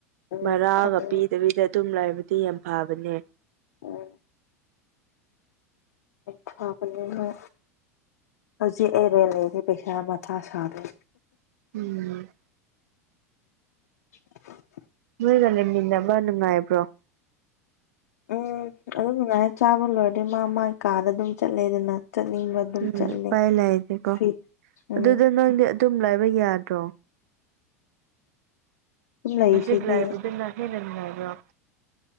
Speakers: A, on the left (about 75°); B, on the right (about 70°).
A: ꯎꯝ
B: ꯃꯔꯥꯒ
A: ꯐꯪ
B: ꯄꯤꯗꯕꯤꯗ ꯑꯗꯨꯝ ꯂꯕꯗ ꯑꯗꯨ ꯌꯥꯝ ꯐꯥꯕꯅꯦ
A: ꯑꯣ ꯐꯥꯕꯅꯤꯅ ꯍꯧꯖꯤꯛ ꯑꯩꯔꯦꯜ ꯂꯩꯁꯤ ꯄꯩꯁꯥ ꯃꯊꯥ ꯁꯥꯗ
B: ꯎꯝ
A: <unintelligible>
B: ꯒ ꯂꯩꯃꯤꯟ ꯅꯕ ꯅꯨꯡꯉꯥꯏꯕ꯭ꯔꯣ
A: ꯎꯝ ꯑꯗꯨꯝ ꯅꯨꯡꯉꯥꯏꯅ ꯆꯥꯕ ꯂꯣꯏꯔꯗꯤ ꯃꯥ ꯃꯥꯒꯤ ꯀꯥꯗ ꯑꯗꯨꯝ ꯆꯠꯂꯦꯗꯅ ꯆꯠꯅꯤꯡꯕ ꯑꯗꯨꯝ
B: ꯎꯝ
A: ꯆꯠꯂꯦ
B: ꯎꯄꯥꯏ ꯂꯥꯏꯇꯦꯀꯣ
A: ꯐ꯭ꯔꯤ ꯎꯝ
B: ꯑꯗꯨꯗ
A: ꯑꯗꯨꯝ
B: ꯅꯪꯗꯤ ꯑꯗꯨꯝ ꯂꯥꯏꯕ ꯌꯥꯗ꯭ꯔꯣ
A: ꯂꯩꯁꯤꯗꯤ
B: ꯍꯧꯖꯤꯛ ꯂꯩꯟꯗꯨꯅ ꯍꯦꯟꯅ ꯅꯨꯡꯉꯥꯏꯕꯔꯣ